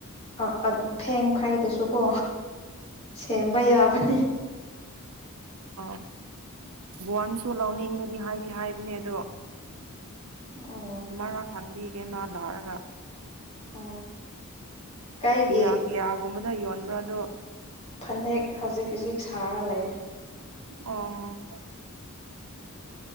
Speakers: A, on the left; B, on the right.
A: ꯑ ꯑꯗꯨ ꯐꯦꯡ ꯐꯩꯗꯁꯨꯀꯣ ꯁꯦꯝꯕ ꯌꯥꯕꯅꯤ
B: ꯑ ꯕꯋꯥꯟꯁꯨ ꯂꯧꯅꯤꯡꯉꯦꯗꯤ ꯍꯥꯏꯗꯤ ꯍꯥꯏꯕꯅꯦ ꯑꯗꯣ
A: ꯑꯣ
B: ꯃꯔꯥ ꯈꯥꯡꯕꯤꯒꯦ ꯃꯥ ꯂꯥꯎꯔꯒ
A: ꯑꯣ ꯀꯩꯒꯤ
B: ꯀꯌꯥ ꯀꯤꯌꯥꯒꯨꯝꯕꯗ ꯌꯣꯟꯕ꯭ꯔꯥ ꯑꯗꯣ
A: ꯐꯅꯦꯛ ꯍꯧꯖꯤꯛ ꯍꯧꯖꯤꯛ ꯁꯥꯔ ꯂꯩ
B: ꯑꯣ